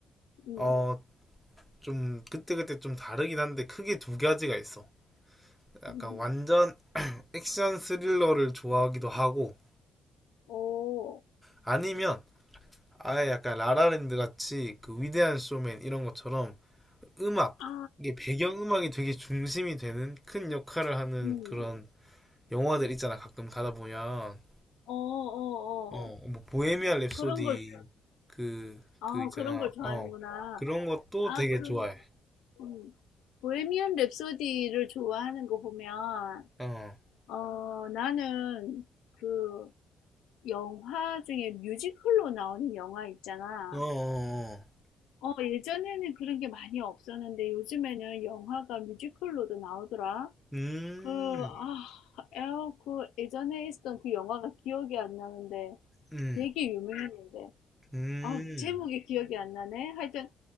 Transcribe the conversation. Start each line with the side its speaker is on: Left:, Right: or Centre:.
Left: 음,
Centre: 어 좀 그때그때 좀 다르긴 한데 크게 두 가지가 있어. 약간
Left: 음,
Centre: 완전 액션 스릴러를 좋아하기도 하고
Left: 오,
Centre: 아니면 아예 약간 라라랜드 같이 그 위대한 쇼맨 이런 것처럼 음악
Left: 아,
Centre: 이게 배경음악이 되게 중심이 되는 큰 역할을 하는
Left: 음,
Centre: 그런 영화들 있잖아 가끔 가다 보면
Left: 어, 어,
Centre: 어,
Left: 어.
Centre: 뭐 보헤미안 랩소디
Left: 그런 걸,
Centre: 그,
Left: 아,
Centre: 그 있잖아.
Left: 그런 걸 좋아하는구나.
Centre: 어. 그런 것도
Left: 아,
Centre: 되게
Left: 그,
Centre: 좋아해.
Left: 음, 보헤미안 랩소디를 좋아하는 거 보면,
Centre: 어.
Left: 어, 나는 그 영화 중에 뮤지컬로 나오는 영화 있잖아.
Centre: 어. 어, 어.
Left: 어, 예전에는 그런 게 많이 없었는데 요즘에는 영화가 뮤지컬로도 나오더라.
Centre: 음.
Left: 그, 아, 에어, 그 예전에 있었던 그 영화가 기억이 안 나는데
Centre: 음.
Left: 되게 유명했는데.
Centre: 음.
Left: 아, 제목이 기억이 안 나네. 하여튼